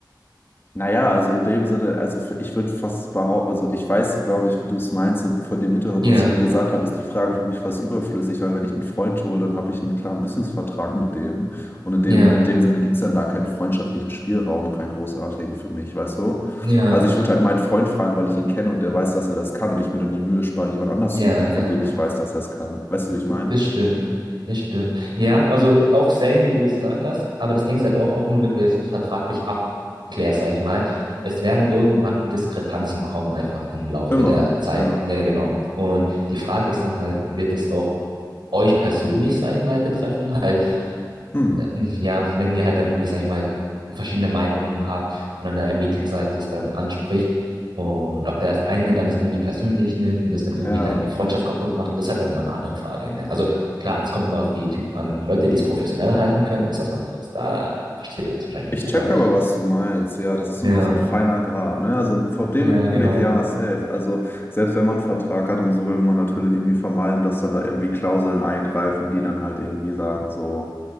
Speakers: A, on the left; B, on the right.
A: Naja, also in dem Sinne, also f- ich würde fast behaupten, also ich weiß, glaube ich, wie du es meinst, und vor dem Hintergrund,
B: Ja,
A: was ich eben gesagt habe, ist die Frage für mich fast überflüssig, weil wenn ich einen Freund hole, dann habe ich einen klaren Businessvertrag mit dem und in dem,
B: ja,
A: in dem Sinne gibt es dann da keinen freundschaftlichen Spielraum, keinen großartigen für mich, weißt du?
B: ja,
A: Also ich würde halt meinen Freund fragen, weil ich ihn kenne und der weiß, dass er das kann und ich mir dann die Mühe spare, jemand anders
B: ja,
A: zu suchen,
B: ja.
A: von dem ich weiß, dass er es kann. Weißt du, wie ich meine?
B: Das stimmt, das stimmt. Ja, also auch same, wie du gesagt hast, aber das Ding ist halt auch, auch nur, wenn du jetzt das vertraglich abklärst, sag ich mal, es werden irgendwann Diskrepanzen kommen, einfach im Laufe
A: Immer,
B: der Zeit.
A: ja.
B: Ja, genau. Und die Frage ist dann halt, wird es auch euch persönlich, sag ich mal, betreffen? Halt,
A: Hm.
B: ähm, ja, wenn ihr halt dann irgendwie, sag ich mal, verschiedene Meinungen habt und dann in einem Meeting seid, das dann anspricht und ob der das eine dann das irgendwie persönlich nimmt und das dann irgendwie
A: Ja.
B: dann die Freundschaft kaputt macht, das ist halt auch immer eine andere Frage, ne? Also klar, es kommt immer auf die Typen an. Leute, die es professionell halten können, ist was anderes. Da passiert das wahrscheinlich nicht,
A: Ich checke
B: aber
A: aber, was du meinst. Ja, das ist
B: ja,
A: immer so ein feiner Grat, ne? Also vor dem
B: ja,
A: Hinblick,
B: genau.
A: ja, safe. Also selbst wenn man einen Vertrag hat und so, will man natürlich irgendwie vermeiden, dass dann da irgendwie Klauseln eingreifen, die dann halt irgendwie sagen, so,